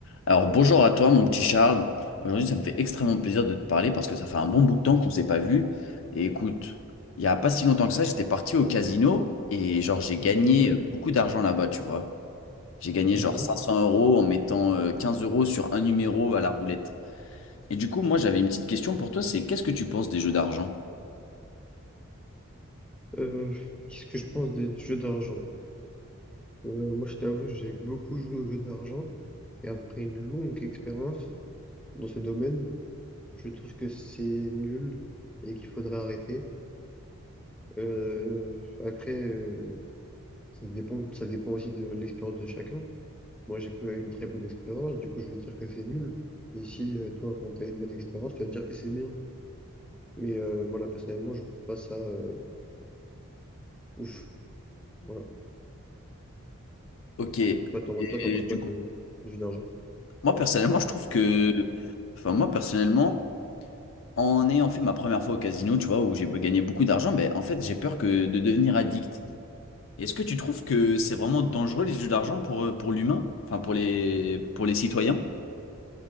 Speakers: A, on the left (about 60°); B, in the centre.
A: Alors bonjour à toi mon petit Charles. Aujourd'hui ça me fait extrêmement plaisir de te parler parce que ça fait un bon bout de temps qu'on s'est pas vu. Et écoute, il y a pas si longtemps que ça, j'étais parti au casino et genre j'ai gagné
B: Ouais.
A: euh, beaucoup d'argent là-bas, tu vois. J'ai gagné
B: mhm.
A: genre 500 euros en mettant euh, 15 euros sur un numéro à la roulette. Et du coup, moi j'avais une petite question pour toi, c'est qu'est-ce que tu penses des jeux d'argent?
B: Euh, qu'est-ce que je pense des jeux d'argent? Euh, moi, je t'avoue, j'ai beaucoup joué aux jeux d'argent et après une longue expérience dans ce domaine, je trouve que c'est nul et qu'il faudrait arrêter. Euh, après, euh, ça dépend, ça dépend aussi de l'expérience de chacun. Moi, j'ai pas eu une très bonne expérience, du coup, je vais dire que c'est nul. Mais si euh, toi, quand tu as une bonne expérience, tu vas dire que c'est bien. Mais euh, voilà, personnellement, je trouve pas ça euh, ouf. Voilà.
A: Ok, et
B: Toi, t'en, toi, t'en penses quoi
A: du
B: de,
A: coup,
B: des jeux d'argent?
A: moi personnellement, je trouve que, enfin moi personnellement, en ayant fait ma première fois au casino, tu vois, où j'ai gagné beaucoup d'argent, ben en fait j'ai peur que de devenir addict. Est-ce que tu trouves que c'est vraiment dangereux les jeux d'argent pour, euh, pour l'humain, enfin pour les, pour les citoyens?